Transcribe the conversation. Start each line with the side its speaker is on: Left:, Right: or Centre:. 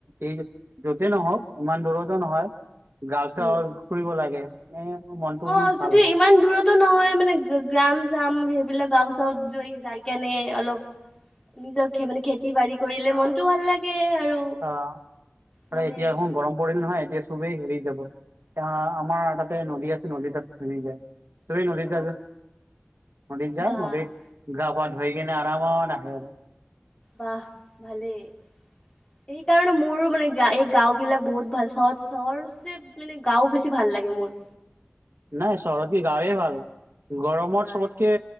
Right: এই য'তে নহওক ইমান দূৰতো নহয়, গাওচাৱত
Left: উম
Right: ফুৰিব লাগে। এ মনটো
Left: অ'
Right: কোনো
Left: যদি
Right: ভাল হয়
Left: ইমান দূৰতো নহয় মানে, গ্ৰাম চাম সেইবিলাক গাও চত যাই কেনে অলপ নিজৰ খে মানে খেতি বাাৰি কৰিলে মনতো ভাল লাগে আৰু
Right: অ'
Left: ভালে
Right: আৰু এতিয়া এখন গৰম পৰিল নহয়। এ চবেই হেৰি যাব এ আমাৰ তাতে নদী আছে নদী তাত <unintelligible> যায়। তুমি নদীত
Left: অ
Right: য য নদীত যায়
Left: বাহ
Right: নদীত। গা পা ধই কিনে আৰামত আহে।
Left: বাহ ভালেই। সেই কাৰণে মোৰো মানে গ এই গাও বিলাক বহুত ভাল, চহৰ চহৰচে মানে গাঁও বেছি ভাল লাগে মোৰ।
Right: নাই চহৰতকে গাঁৱে ভাল। গৰমত
Left: হয়
Right: চবতকে